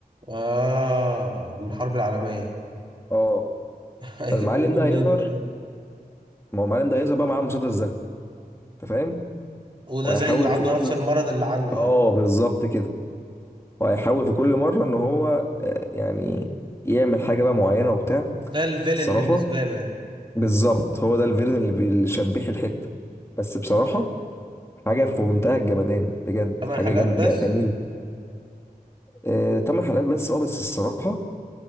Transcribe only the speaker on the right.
اه من الحرب العالمية
<laughs> هيجي
بيقولوا
منين
ده بقى
وده
زيه عنده
نفس المرض اللي عنده
يعني
ده الفيلن
بالنسبة له يعني
آه.
ثمان
حلقات
بس